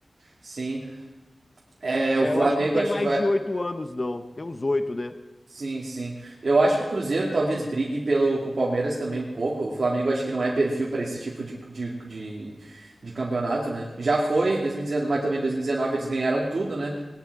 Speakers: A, on the right; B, on the left.
A: Sim. É,
B: É,
A: o Flamengo
B: eu acho que não tem
A: acho
B: mais
A: que vai.
B: de 8 anos, não. Tem uns 8, né?
A: Sim, sim. Eu acho que o Cruzeiro talvez brigue pelo, com o Palmeiras também um pouco. O Flamengo acho que não é perfil para esse tipo de, de, de, de campeonato, né? Já foi 2019, mas também 2019 eles ganharam tudo, né?